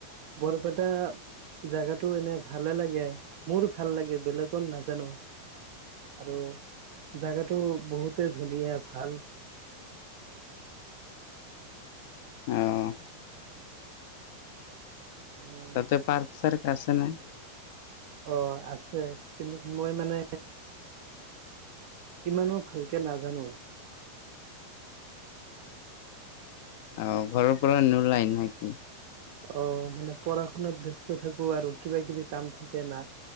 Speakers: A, on the right (about 45°); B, on the left (about 45°).
A: বৰপেটা জেগাটো এনে ভালে লাগে মোৰ ভাল লাগে বেলেগৰ নাজানো। আৰু জেগাটো বহুতেই ধুনীয়া ভাল।
B: অ'।
A: উম
B: তাতে পাৰ্ক চাৰ্ক আছে নে?
A: অ', আছে, কিন্তু মই মানে ইমানো ভালকে নাজানো।
B: অ', ঘৰৰ পৰা নোলাই নেকি?
A: অ', মানে পঢ়া শুনাত ব্যস্ত থাকো আৰু কিবা কিবি কাম থাকে না।